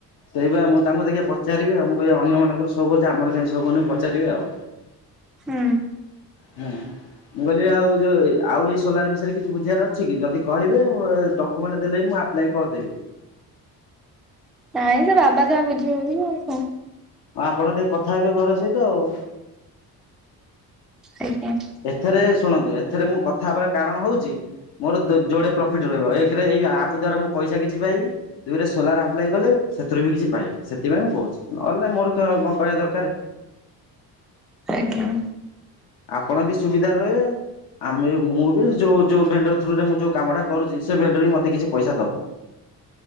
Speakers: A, on the left; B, in the centre.
A: ସେଇ ମୁଁ ତାଙ୍କୁ ଦେଖିବା ପଚାରିବି ଆଉ ମୁଁ କହିବି ଅନ୍ୟମାନଙ୍କର ସୋ କରୁଛି ଆମର କାଇଁ ସୋ କରୁନି ପଚାରିବି ଆଉ।
B: ହୁଁ।
A: ହୁଁ। ମୁଁ କହିଲି ଆଉ ଯୋଉ ଆଉ ଏଇ ସୋଲାର ବିଷୟରେ କିଛି ବୁଝିବାର ଅଛି କି? ଯଦି କହିବେ ମୁଁ ଟ ଡକ୍ୟୁମେଣ୍ଟ ଦେଲେ ମୁଁ ଆପ୍ଲାଏ କରିଦେବି।
B: ନାଇଁ ସେ ବାବା ଯାହା ବୁଝିବେ ବୁଝିବେ ଆଉ କଣ।
A: ହଁ ଆପଣ ଟିକେ କଥା ହେବେ ଘର ସହିତ ଆଉ।
B: ଆଜ୍ଞା।
A: ଏଥରେ ଶୁଣନ୍ତୁ ଏଥରେ ମୁଁ କଥା ହେବାର କାରଣ ହଉଛି ମୋର ଯୋଡେ ପ୍ରଫିଟ୍ ରହିବ ଏକେରେ ଏଇ ଆପ୍ ଦ୍ଵାରା ମୁଁ ପଇସା କିଛି ପାଇବି। ଦୁଇରେ ସୋଲାର ଆପ୍ଲାଏ କଲେ ସେଥିରୁ ବି କିଛି ପାଇବି, ସେଥିପାଇଁ ମୁଁ କହୁଛି ନହେଲେ ନାହିଁ ମୋର କଣ କହିବା ଦରକାର।
B: ଆଜ୍ଞା।
A: ଆପଣ ବି ସୁବିଧାରେ ରହିବେ। ଆମେ ମୁଁ ବି ଯୋଉ ଯୋଉ ଭେଣ୍ଡର ଥ୍ରୁରେ ମୁଁ ଯୋଉ କାମଟା କରୁଛି ସେ ଭେଣ୍ଡର ବି ମତେ କିଛି ପଇସା ଦବ।